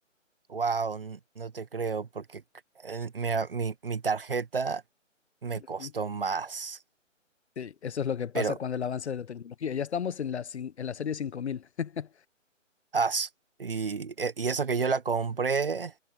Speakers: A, on the right; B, on the left.
A: wow, n- no te creo, porque c- eh, mira, mi, mi tarjeta me
B: Ujú.
A: costó más.
B: Sí, eso es lo que pasa
A: Pero,
B: cuando el avance de la tecnología. Ya estamos en la, cin- en la serie cinco mil. <laughs>
A: as, y, e- y eso que yo la compré,